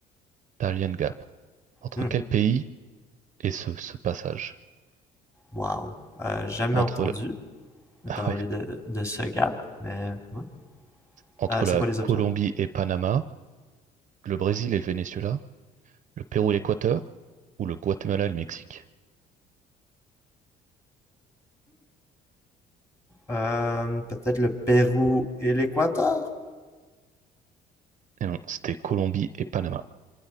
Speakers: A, on the right (about 45°); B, on the left (about 15°).
A: Darien Gap. Entre
B: Mm.
A: quel pays est ce, ce passage?
B: Wow. Euh, jamais
A: Entre
B: entendu
A: la, <laughs>
B: parler
A: ouais,
B: de, de ce gap, mais ouais.
A: entre
B: Euh, c'est
A: la
B: quoi les options?
A: Colombie et Panama, le Brésil et le Venezuela, Le Pérou et l'Équateur ou le Guatemala et le Mexique?
B: Euh, peut-être le Pérou et l'Équateur?
A: Et non, c'était Colombie et Panama.